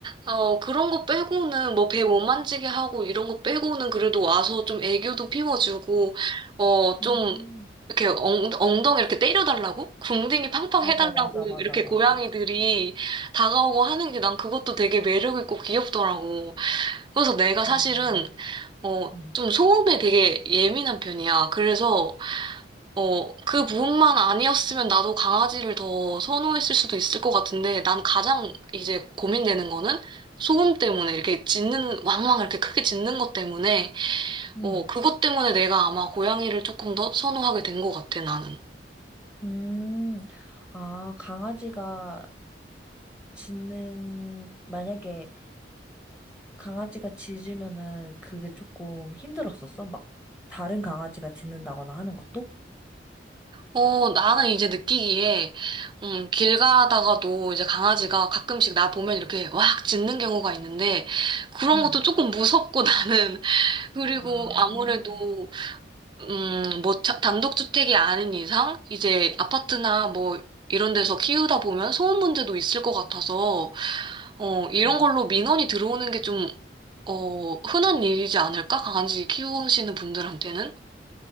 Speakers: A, on the right; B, on the left.
A: 어, 그런 거 빼고는, 뭐, 배 못 만지게 하고, 이런 거 빼고는 그래도 와서 좀 애교도 피워주고, 어, 좀,
B: 음.
A: 이렇게 엉, 엉덩이 이렇게 때려달라고? 궁둥이 팡팡
B: 맞아,
A: 해달라고,
B: 맞아, 맞아,
A: 이렇게
B: 맞아.
A: 고양이들이 다가오고 하는 게 난 그것도 되게 매력있고 귀엽더라고. 그래서 내가 사실은,
B: 음.
A: 어,
B: 음,
A: 좀 소음에 되게 예민한 편이야. 그래서, 어, 그 부분만 아니었으면 나도 강아지를 더 선호했을 수도 있을 것 같은데, 난 가장 이제 고민되는 거는 소음 때문에, 이렇게 짖는, 왕왕 이렇게 크게 짖는 것 때문에,
B: 음,
A: 어, 그것 때문에 내가 아마 고양이를 조금 더 선호하게 된 것 같아, 나는.
B: 음, 아, 강아지가 짖는, 만약에 강아지가 짖으면은 그게 조금 힘들었었어? 막, 다른 강아지가 짖는다거나 하는 것도?
A: 어, 나는 이제 느끼기에, 음, 길 가다가도 이제 강아지가 가끔씩 나 보면 이렇게 왁 짖는 경우가 있는데, 그런
B: 음.
A: 것도 조금 무섭고 <laughs> 나는, 그리고
B: 아,
A: 아무래도 음, 뭐, 자- 단독주택이 아닌 이상, 이제 아파트나 뭐, 이런 데서 키우다 보면 소음 문제도 있을 것 같아서, 어, 이런
B: 음.
A: 걸로 민원이 들어오는 게 좀, 어, 흔한 일이지 않을까? 강아지 키우시는 분들한테는?